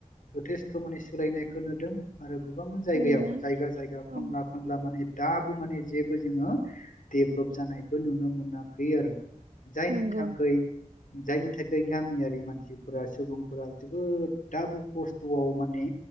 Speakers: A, on the left; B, on the right.
A: जथेस्थ थ' माने सोलायनायखौ नोदों आरो गोबां जायगायाव
B: नंगौ
A: जायगा जायगा खना
B: औ
A: खनला माने दाबो माने जेबो जोङो देभल्प जानायखौ नुनो मोनाखै आरो। जायनि
B: नंगौ
A: थाखै जायनि थाखाय गामियारि मानसिफोरा सुबुंफोरा जोबोद दाबो खस्थ'आव माने